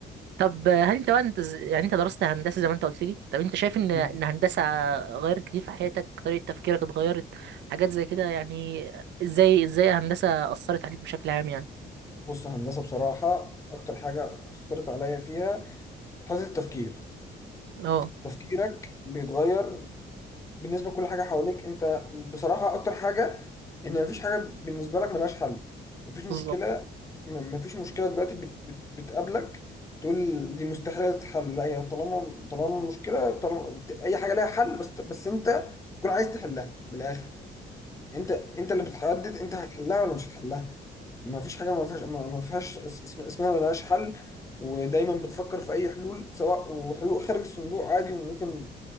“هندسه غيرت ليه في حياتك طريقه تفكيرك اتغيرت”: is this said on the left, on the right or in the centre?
Right